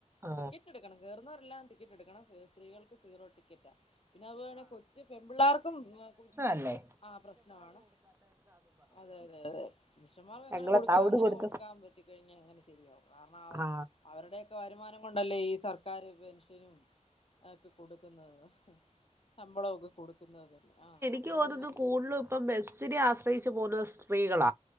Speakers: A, on the right; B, on the left.
A: ആ
B: ട്ടിക്കാറ്റെടുക്കണം. കേറുന്നോരെല്ലാം ട്ടിക്കറ്റെടുക്കണം. സ്ത്രീകൾക്ക് സീറോ ട്ടിക്കറ്റ. പിന്നെ അതേപോലെ കൊച്ചു പെൺ പിള്ളാർക്കും. <unintelligible>
A: അല്ലേ.
B: ആ പ്രശ്നവാണ്. അതെ അതെ അതെ. പുരുഷന്മാർക്ക് അങ്ങനെ
A: ഞങ്ങളെ
B: കൊടുക്കാ
A: തവിട്
B: അങ്ങനെ
A: കൊടുത്തു
B: കൊടുക്കാ പ പറ്റി കഴിഞ്ഞാ എങ്ങനെ ശെരിയാവും കാരണാവ
A: ആ
B: അവരുടെയൊക്കെ വരുമാനം കൊണ്ടല്ലേ ഈ സർക്കാരും പെൻഷനും. ആപ്പി കൊടുക്കുന്നത്. ശമ്പളൊക്കെ കൊടുക്കുന്നത് തന്നെ ആ നമ്മളിൽ
A: ക്ക് തോന്നുന്നു
B: നിന്നൊക്കെ
A: കൂടുതലും ഇപ്പം ബെസ്സിനെ ആശ്രയിച്ചു പോര്ന്ന സ്ത്രീകള